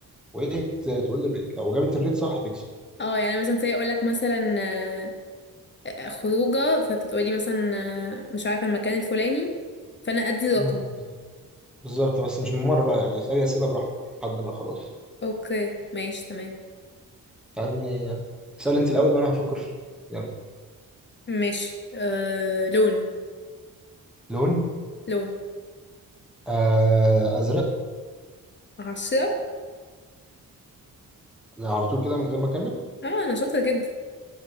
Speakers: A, in the centre; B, on the left.
A: وهي ت- تقول لي الريت لو جابت الريت صح هتكسب
B: اه يعني مثلا زي اقول لك مثلا آه، آه، خروجه فانت تقولي مثلا آه، مش عارفه المكان الفلاني فانا ادي رقم
A: امم بالظبط بالظبط بس مش من مرة بقى يعني اسألي أسئلة براحتك لحد ما خلاص
B: اوكي ماشي تمام
A: اسألني اسألي أنت الأول وأنا هفكر في الريت يلا
B: ماشي آه لون
A: لون
B: لون
A: آه أزرق
B: عشرة
A: لا على طول كده من غير ما أكمل
B: اه انا شاطره جدا